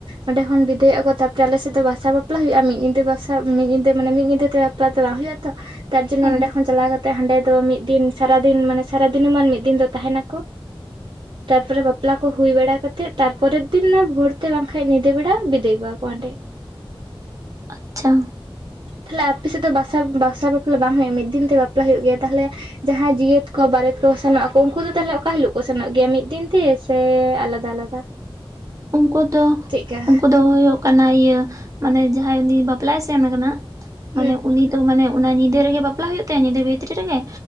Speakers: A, on the right; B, on the right.
A: ᱚᱸᱰᱮ ᱠᱷᱚᱱ ᱵᱤᱫᱟᱹᱭᱚᱜᱼᱟ ᱠᱚ ᱛᱟᱯᱚᱨᱮ ᱟᱞᱮ ᱥᱮᱫ ᱫᱚ ᱵᱟᱥᱟ ᱵᱟᱯᱞᱟ ᱦᱩᱭᱩᱜᱼᱟ ᱢᱤᱫ ᱧᱤᱫᱟᱹ ᱵᱟᱥᱟ ᱢᱤᱫ ᱧᱤᱫᱟᱹ ᱢᱟᱱᱮ ᱢᱤᱫ ᱧᱤᱫᱟᱹ ᱛᱮ, ᱞᱟ ᱪᱟᱞᱟᱜ ᱦᱩᱭᱩᱜ-ᱟ ᱛᱚ, ᱛᱟᱨ ᱡᱚᱱᱱᱚ
B: ᱦᱩᱸ
A: ᱱᱚᱰᱮ ᱠᱷᱚᱱ ᱪᱟᱞᱟᱣ ᱠᱟᱛᱮᱜ ᱦᱟᱸᱰᱮ ᱫᱚ ᱢᱤᱫ ᱫᱤᱱ ᱥᱟᱨᱟᱫᱤᱱ ᱢᱟᱱᱮ ᱥᱟᱨᱟᱫᱤᱱᱚᱢᱟᱱ ᱢᱤᱫ ᱫᱤᱱ ᱫᱚ ᱛᱟᱦᱮᱸᱱᱟᱠᱚ,
B: <unintelligible>
A: ᱛᱟᱨᱯᱚᱨᱮ ᱵᱟᱯᱞᱟ ᱠᱚ ᱦᱩᱭ ᱵᱟᱲᱟ ᱠᱟᱛᱮᱫ ᱛᱟᱨᱯᱚᱨᱮᱨ ᱫᱤᱱ ᱵᱷᱳᱨ ᱛᱮ ᱵᱟᱝ, ᱠᱷᱟᱡ ᱧᱤᱫᱟᱹ ᱵᱮᱲᱟ ᱵᱤᱫᱟᱹᱭ ᱠᱚᱣᱟ ᱠᱚ ᱦᱟᱸᱰᱮ,
B: ᱟᱪᱪᱷᱟ,
A: ᱛᱟᱦᱞᱮ ᱟᱯᱮ ᱥᱮᱫ ᱫᱚ ᱵᱟᱥᱟ ᱵᱟᱥᱟ ᱵᱟᱯᱞᱟ ᱵᱟᱝ ᱦᱳᱭᱼᱟ ᱢᱤᱫ ᱫᱤᱱ ᱛᱮ ᱵᱟᱯᱞᱟ ᱦᱳᱭᱳ ᱜᱮᱭᱟ ᱛᱟᱦᱞᱮ, ᱡᱟᱦᱟᱸᱭ ᱡᱤᱭᱟᱹᱛ ᱠᱚ ᱵᱟᱨᱮ ᱛᱮ ᱠᱚ ᱥᱮᱱᱚᱜ ᱟᱠᱚ ᱩᱱᱠᱩ ᱫᱚ ᱛᱟᱦᱚᱞᱮ ᱚᱠᱟ ᱦᱤᱞᱳᱜ ᱠᱚ ᱥᱮᱱᱚᱜ ᱜᱮᱭᱟ ᱢᱤᱫ ᱫᱤᱱ ᱛᱮ ᱥᱮ ᱥᱮ ᱟᱞᱟᱫᱟ ᱟᱞᱟᱫᱟ?
B: ᱩᱱᱠᱩ ᱫᱚ
A: ᱪᱮᱫᱠᱟ
B: ᱩᱱᱠᱩ ᱫᱚ ᱦᱳᱭᱳᱜ, ᱤᱭᱟᱹ ᱢᱟᱱᱮ ᱡᱟᱦᱟᱸᱭ ᱩᱱᱤ ᱵᱟᱯᱞᱟᱭ ᱥᱮᱱ ᱠᱟᱱᱟ ᱢᱟᱱᱮ
A: ᱦᱮᱸ
B: ᱩᱱᱤ, ᱛᱚ ᱢᱟᱱᱮ ᱚᱱᱟ ᱧᱤᱫᱟᱹ ᱨᱮᱜᱮ ᱵᱟᱯᱞᱟ ᱦᱩᱭᱩᱜ ᱛᱟᱭᱟ ᱧᱤᱫᱟᱹ ᱵᱷᱤᱛᱨᱤ ᱨᱮᱜᱮ,